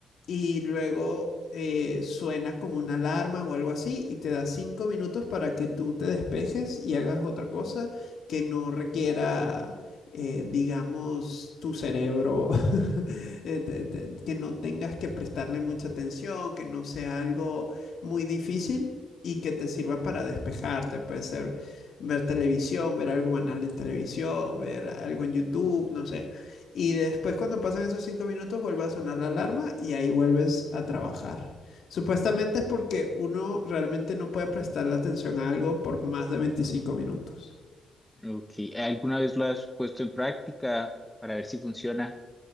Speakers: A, on the left (about 65°); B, in the centre.
A: y luego eh, suena como una alarma o algo así y te da 5 minutos para que tú te despejes y hagas otra cosa que no requiera... eh, digamos, tu cerebro, <laughs> eh, te- te- que no tengas que prestarle mucha atención, que no sea algo muy difícil y que te sirva para despejarte. Puede ser ver televisión, ver algo banal en televisión, ver algo en YouTube, no sé. Y después cuando pasan esos cinco minutos vuelve a sonar la alarma y ahí vuelves a trabajar. Supuestamente es porque uno realmente no puede prestarle atención a algo por más de 25 minutos.
B: Ok, ¿alguna vez lo has puesto en práctica para ver si funciona?